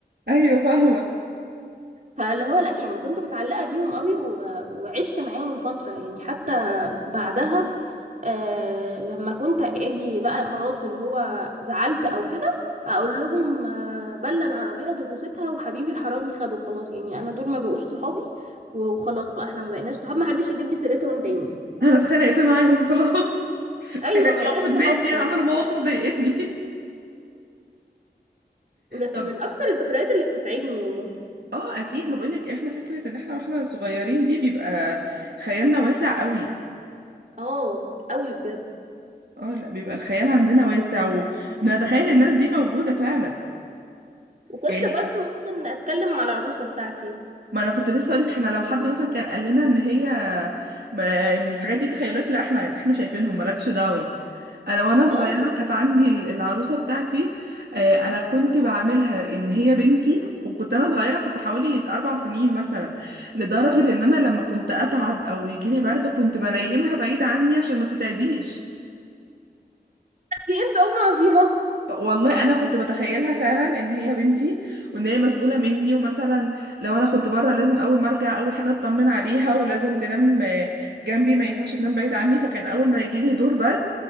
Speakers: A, on the right; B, on the right.
A: أيوة فاهمة
B: فاللي هو لا يعني كنت متعلقه بيهم قوي و... وعشت معاهم فتره يعني حتى بعدها آه لما كنت اجي بقى خلاص اللي هو زعلت او كده اقول لهم آه بلى العربيه دودوستها وحبيبي الحرامي خده خلاص يعني انا دول ما بقوش صحابي وخلاص بقى احنا ما بقيناش صحاب ما حدش يجيب لي سيرتهم تاني
A: أنا اتخانقت معاهم خلاص <laughs> اتخانقت
B: ايوه ما بقيناش
A: معاهم في
B: صحاب
A: دماغي
B: خلاص
A: عملوا مواقف ضايقتني
B: بس
A: طب
B: من اكتر الذكريات اللي بتسعدني والله
A: اه اكيد ما بقولك احنا فكره ان احنا واحنا صغيرين دي بيبقى خيالنا واسع قوي
B: اه قوي بجد
A: اه لا بيبقى الخيال عندنا واسع ونتخيل الناس دي موجوده فعلا
B: وكنت
A: يعني
B: برضو ممكن اتكلم مع العروسه بتاعتي
A: ما انا كنت لسه هقولك احنا لو حد مثلا كان قال لنا ان هي ما ان الحاجات دي تخيلات لا احنا احنا شايفينهم مالكش دعوة انا وانا صغيرة
B: اه
A: كانت عندي ال- العروسة بتاعتي آه، انا كنت بعملها ان هي بنتي وكنت انا صغيرة كنت حوالي اربع سنين مثلا لدرجة ان انا لما كنت اتعب او يجيلي برد كنت بنيمها بعيد عني عشان ما تتعديش
B: <laughs> انت انت ام عظيمه
A: والله انا كنت بتخيلها فعلا ان هي بنتي وان هي مسؤوله مني ومثلا لو انا كنت بره لازم اول ما ارجع اول حاجه اطمن عليها ولازم تنام آه، جنبي ما ينفعش تنام بعيد عني فكان اول ما يجي لي دور برد